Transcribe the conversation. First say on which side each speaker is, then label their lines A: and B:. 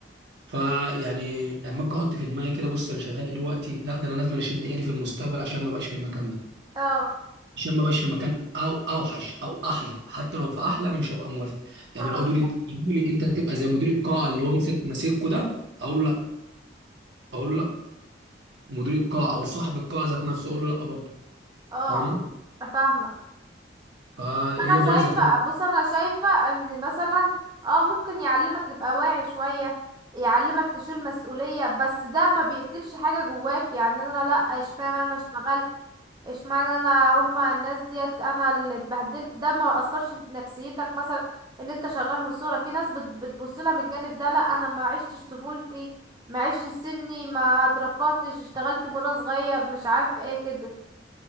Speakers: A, on the right; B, on the right.
A: فيعني اما اجي احط في دماغي كده بص انا شغال ايه دلوقتي لا ده انا لازم اشد حيلي في المستقبل عشان ما ابقاش في المكان ده
B: اه
A: عشان ما ابقاش في مكان او اوحش او احلى حتى لو في احلى انا مش هبقى موافق يعني
B: اه
A: لو دوري انت يجوا لي انت تبقى زي مدير القاعه اللي هو مسك ماسكه ده اقول لا اقول له لا مدير القاعه او صاحب القاعه ذات نفسه اقول له لا برضه
B: اه
A: فاهمه
B: اه فاهمة
A: فهي
B: انا شايفة
A: بايظه خالص.
B: بص انا شايفة ان مثلا اه ممكن يعلمك تبقى واعي شوية يعلمك تشيل مسؤولية بس ده ما بيقتلش حاجة جواك يعني انا لا اشمعنى انا اشتغلت اشمعنى انا هما الناس ديت انا اللي اتبهدلت ده ما اثرش في نفسيتك مثلا اللي انت شغال من الصورة في ناس بتبص لها من الجانب ده لا انا ما عشتش طفولتي ما عشتش سني ما اترفضتش اشتغلت من وانا صغير مش عارف ايه كده